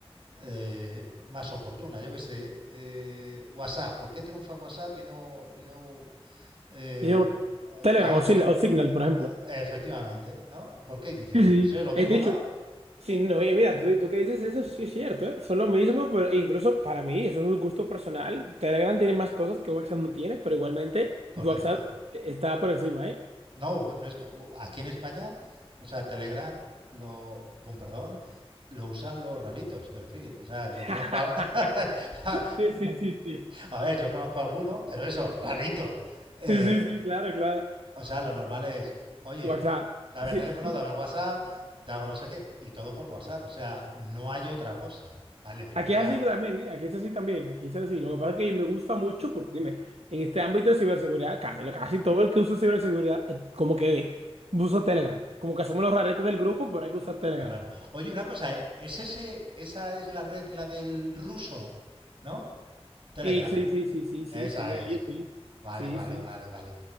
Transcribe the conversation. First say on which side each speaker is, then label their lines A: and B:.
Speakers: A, on the right (about 55°); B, on the right (about 85°).
A: eh, más oportuna. Yo que sé, eh, WhatsApp, ¿por qué triunfa WhatsApp y no, y no eh,
B: Y no, Telegram
A: la otra?
B: o, Sil- o Signal, por ejemplo.
A: Eh, Efectivamente, ¿no? ¿Por qué? Y dices
B: Sí,
A: tú,
B: sí.
A: pues es lo mismo,
B: He dicho,
A: ¿no?
B: sí, no, y mira, tú, tú que dices eso, sí es cierto, ¿eh? Son lo mismo, pero e incluso para mí, eso es un gusto personal. Telegram tiene más cosas que WhatsApp no tiene, pero igualmente
A: Correcto.
B: WhatsApp está por encima, ¿eh?
A: No, no es que, aquí en España, o sea, Telegram, lo, con perdón, lo usan los raritos, quiero decir. O sea, yo
B: <laughs>
A: conozco a... <laughs>
B: Sí, sí, sí, sí.
A: a ver, yo conozco a alguno, pero eso, rarito. Eh,
B: Sí, sí, sí, claro, claro.
A: O sea, lo normal es, oye,
B: O sea,
A: dame
B: sí,
A: el teléfono,
B: sí.
A: dame el WhatsApp, te hago no sé qué, y todo por WhatsApp. O sea, no hay otra cosa. Vale, después
B: Aquí
A: ya,
B: es así también, ¿eh? Aquí es así también, aquí es así. Lo que pasa es que me gusta mucho porque, dime, en este ámbito de ciberseguridad, casi, lo- casi todo el que usa ciberseguridad, eh, como que usa Telegram. Como que somos los raretes del grupo, pero hay que usar Telegram.
A: claro. Oye, una cosa, ¿eh? ¿es ese, esa es la red, la del ruso, ¿no? Telegram.
B: Eh, sí, sí, sí, sí, sí,
A: Esa
B: son de
A: es.
B: ellos, sí.
A: Vale,
B: Sí,
A: vale,
B: sí.
A: vale, vale.